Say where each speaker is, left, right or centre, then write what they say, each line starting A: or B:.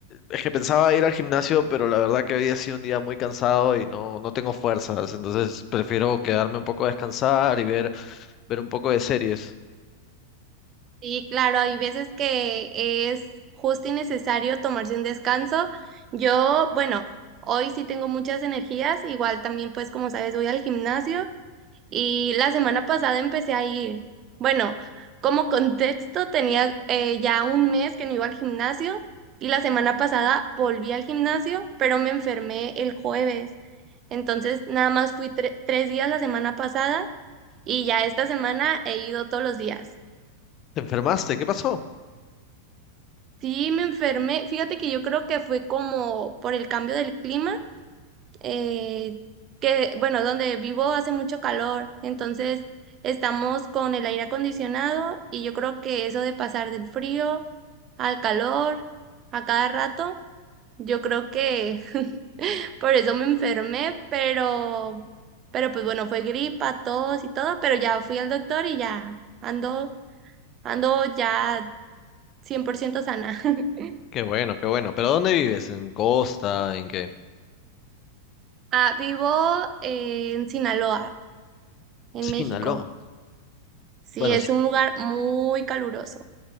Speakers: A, on the left; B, on the right.
A: es que pensaba ir al gimnasio, pero la verdad que había sido un día muy cansado y no, no tengo fuerzas, entonces prefiero quedarme un poco a descansar y ver, ver un poco de series.
B: Sí, claro, hay veces que es justo y necesario tomarse un descanso. Yo, bueno, hoy sí tengo muchas energías, igual también pues como sabes voy al gimnasio Y la semana pasada empecé a ir. Bueno, como contexto, tenía eh, ya un mes que no iba al gimnasio y la semana pasada volví al gimnasio, pero me enfermé el jueves. Entonces, nada más fui tre- tres días la semana pasada y ya esta semana he ido todos los días.
A: ¿Te enfermaste? ¿Qué pasó?
B: Sí, me enfermé. Fíjate que yo creo que fue como por el cambio del clima eh, que, bueno, donde vivo hace mucho calor, entonces estamos con el aire acondicionado y yo creo que eso de pasar del frío al calor a cada rato, yo creo que <laughs> por eso me enfermé, pero, pero pues bueno, fue gripa, tos y todo, pero ya fui al doctor y ya ando, ando ya 100% sana. <laughs>
A: Qué bueno, qué bueno. ¿Pero dónde vives? ¿En Costa? ¿En qué?
B: Ah, vivo eh, en Sinaloa, en
A: Sinaloa.
B: México. Sí,
A: Bueno,
B: es
A: sí,
B: un lugar muy caluroso.